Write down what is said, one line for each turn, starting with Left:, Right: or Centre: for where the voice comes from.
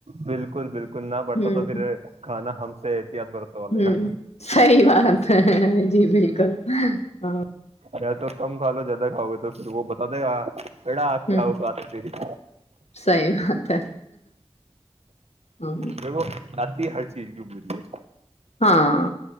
Right: بالکل بالکل نہ برتا
Left: ہ
Right: تو پھر کھانا ہم سے احتیاط برتا والے
Left: ہ
Right: گا
Left: سی بات ہے جی بالکل ہ
Right: یا تو کم کھا لو زیادہ کھؤ گے تو پھر وہ بتا دے گا اا کیا
Left: ہ
Right: ہوگ آتے ت
Left: صحیح بات ہے ہ
Right: جوتی ہ چیک بریے
Left: ہاں